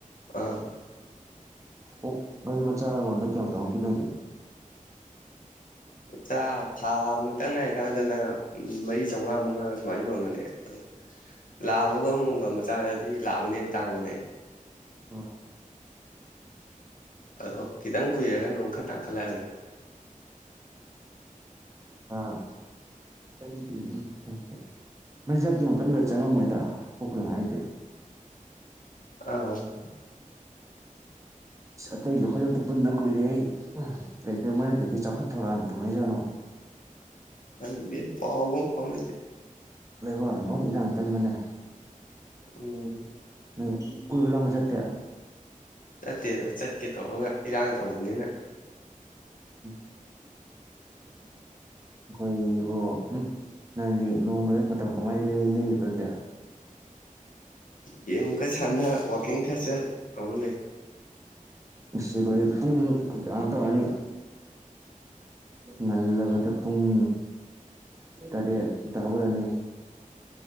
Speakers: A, on the left (about 70°); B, on the right (about 20°).
A: ꯑꯥ
B: ꯑꯣ ꯃꯔꯨꯝ ꯃꯆꯥ ꯑꯃꯝ ꯃꯝꯗ ꯀꯌꯥ ꯀꯌꯥꯃꯨꯛ ꯄꯤꯅꯒꯦ
A: ꯊꯥ ꯊꯥ ꯃꯨꯛꯇꯪ ꯉꯥꯏꯔꯤꯀꯥꯟꯗ ꯃꯔꯤ ꯆꯧꯉꯥ ꯃꯉꯥ ꯁꯨꯃꯥꯏꯅ ꯌꯣꯟꯕꯅꯦ ꯑꯗꯣ ꯂꯥꯕꯒ ꯑꯃꯣꯝꯒ ꯃꯆꯥꯗꯗꯤ ꯂꯥꯕꯅ ꯍꯦꯟꯅ ꯇꯥꯡꯕꯅꯦ
B: ꯎꯝ
A: ꯑꯗꯣ ꯈꯤꯇꯪ ꯀꯨꯏꯔꯒꯅ ꯑꯃꯨꯛ ꯈꯔ ꯇꯥꯡꯈꯠꯂꯛꯑꯅꯤ
B: <unintelligible> ꯑꯩ ꯅꯨꯄꯤ <inaudible> ꯃꯆꯤꯟꯖꯥꯛ ꯌꯥꯝ ꯀꯟꯅ ꯆꯪꯉꯝꯃꯣꯏꯗ ꯑꯣꯛꯀꯅꯨ ꯍꯥꯏꯗꯦ
A: <unintelligible>
B: ꯑꯁ ꯑꯇꯩꯁꯨ ꯑꯩꯈꯣꯏꯒ ꯑꯝꯇ ꯄꯨꯟꯗ ꯀꯨꯏꯔꯦꯍꯦ ꯀꯩꯀꯩ ꯃꯣꯏꯅ ꯀꯩꯀꯩ ꯆꯥꯎꯈꯠ ꯊꯧꯔꯥꯡ ꯇꯧꯅꯩꯖꯥꯠꯅꯣ
A: ꯈꯪꯗꯦꯗ ꯄꯥꯎꯒ ꯑꯝ ꯐꯥꯎꯅꯗꯦ
B: ꯂꯩꯕꯥꯛꯅꯒ ꯃꯔꯣꯟ ꯑꯝ ꯏꯔꯥꯡ ꯀꯟꯕꯅꯦ
A: ꯎꯝ
B: ꯅꯪ ꯀꯣꯏꯕ ꯂꯥꯡꯕ ꯆꯠꯇꯦ
A: ꯆꯠꯇꯦꯗ ꯆꯠꯀꯦ ꯇꯧꯔꯒ ꯏꯔꯥꯡ ꯇꯧꯕꯅꯤꯅ
B: ꯎꯝ ꯑꯩꯈꯣꯏꯕꯨ ꯎꯝ ꯅꯪꯗꯤ ꯅꯣꯡꯃꯗ ꯃꯇꯝ ꯀꯃꯥꯏꯅ ꯂꯦꯜꯂꯤꯕ ꯑꯗꯨꯗꯤ
A: <inaudible> ꯒꯦꯝ ꯈꯔ ꯁꯥꯅ ꯋꯥꯀꯤꯡ ꯈꯔ ꯆꯠ ꯇꯧꯔ ꯂꯩ
B: ꯑꯁ ꯑꯩꯈꯣꯏ ꯄꯨꯡ ꯀꯅꯣ ꯇꯧꯔꯅꯤ ꯉꯜꯂꯕꯗ ꯄꯨꯡ ꯇꯔꯦꯠ ꯈꯤꯇ ꯍꯧꯔꯅꯤ